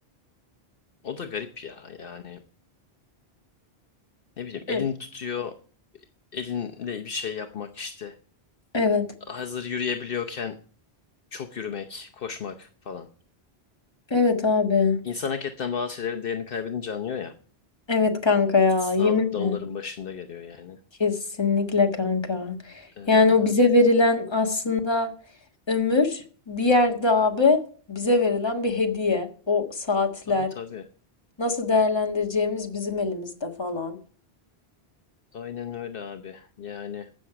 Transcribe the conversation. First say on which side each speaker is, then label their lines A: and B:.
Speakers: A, on the left (about 60°); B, on the left (about 25°).
A: o da garip ya yani ne bileyim elin
B: Hı.
A: tutuyor elinle bir şey yapmak işte.
B: Evet.
A: Hazır yürüyebiliyorken çok yürümek, koşmak falan.
B: Evet abi.
A: İnsan hakikaten bazı şeylerin değerini kaybedince anlıyor ya.
B: Evet kanka ya
A: Sağlık
B: yeminle.
A: da onların başında geliyor yani.
B: Kesinlikle kanka.
A: E,
B: Yani o bize verilen aslında ömür bir yerde abi bize verilen bir hediye. O saatler,
A: tabii tabii.
B: Nasıl değerlendireceğimiz bizim elimizde falan.
A: Aynen öyle abi. Yani